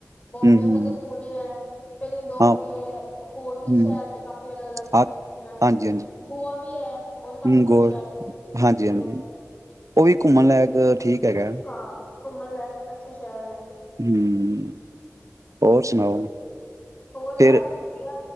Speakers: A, on the left (about 30°); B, on the right (about 80°).
A: ਬੋਬੇ
B: ਹੂੰ ਹੂੰ
A: ਕਦੇ ਪੁਣੇ ਹੈ। ਫਿਰ ਇੰਦੋਰ
B: ਹਾਂ
A: ਵੀ ਹੈ ਹੋਰ
B: ਹੂੰ
A: ਵੀ ਸ਼ਹਿਰ ਨੇ ਕਾਫੀ ਅਲੱਗ-ਅਲੱਗ
B: ਹਾਂ
A: ਜਿਨਾਂ
B: ਹਾਂਜੀ ਹਾਂਜੀ
A: ਗੋਆ ਵੀ ਹੈ ਉਹ ਵੀ ਕਾਫ਼ੀ
B: ਹੂੰ
A: ਅੱਛਾ
B: ਗੋਲ
A: ਸ਼ਹਿਰ ਹੈ
B: ਹਾਂਜੀ ਹਾਂਜੀ
A: ਗੋਆ ਵੀ ਹੈ,
B: ਉਹ ਵੀ ਘੁੰਮਣ ਲਾਇਕ ਠੀਕ ਹੈਗਾ
A: ਹਾਂ ਘੁੰਮਣ ਲੈ ਅੱਛੇ ਸ਼ਹਿਰ ਨੇ
B: ਹੂੰ ਹੋਰ ਸੁਣਾਓ
A: ਹੋਰ
B: ਫੇਰ
A: ਬਸ ਵਧੀਆ